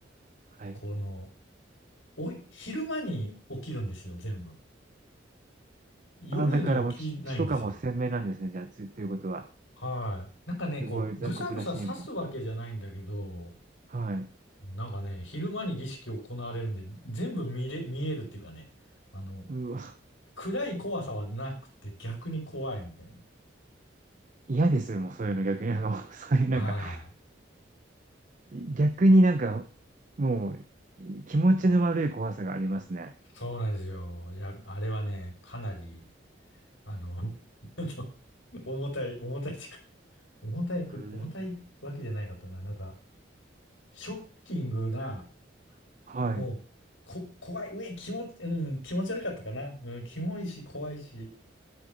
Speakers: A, on the right; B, on the left.
A: はい。
B: この、お、昼間に起きるんですよ、全部。夜に起きないんですよ。
A: あ、だからもう血、血とかも鮮明なんですね。じゃあ、つ、ということは。
B: はい。なんかね、
A: すごい残酷なシーンも。
B: こう、ぶさぶさ刺すわけじゃないんだけど、
A: はい。
B: なんかね、昼間に儀式を行われるんで、全部見れ、見えるっていうかね、あの、
A: うわ、
B: 暗い怖さはなくて逆に怖いみたいな。
A: 嫌です、もうそういうの逆に。なんかもう、<laughs> そういうなんか、
B: はい。
A: 逆になんか、もう、気持ちの悪い怖さがありますね。
B: そうなんですよ。いや、あれはね、かなりあの、あの <laughs> 重たい、重たいっていうか、重たいく、
A: うん。
B: 重たいわけじゃないかったな。なんか、ショッキングな、
A: はい。
B: もう、こ、怖い、うえ、気持ち、うん、気持ち悪かったかな。うん、キモいし、怖いし、